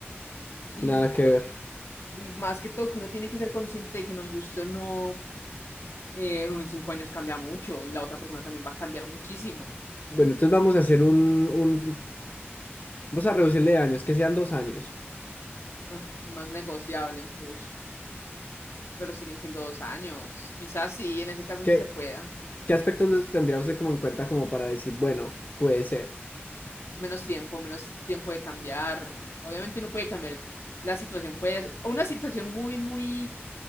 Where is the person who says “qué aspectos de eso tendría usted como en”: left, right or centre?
Left